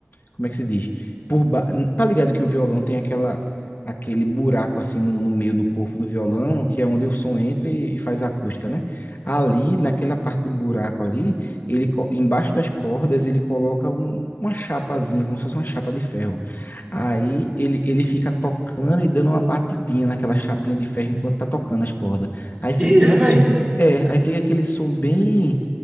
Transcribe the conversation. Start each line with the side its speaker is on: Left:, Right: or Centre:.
Left: como é que se diz? Por ba... Tá ligado que o violão tem aquela aquele buraco assim no, no meio do corpo do violão, que é onde o som entra e, e faz a acústica, né? Ali, naquela parte do buraco ali, ele co- embaixo das cordas, ele coloca um- uma chapazinha, como se fosse uma chapa de ferro. Aí ele, ele fica tocando e dando uma batidinha naquela chapinha de ferro enquanto tá tocando as cordas. Aí fica
Right: E
Left: aquele
Right: é,
Left: som,
Right: velho.
Left: é, aí fica aquele som bem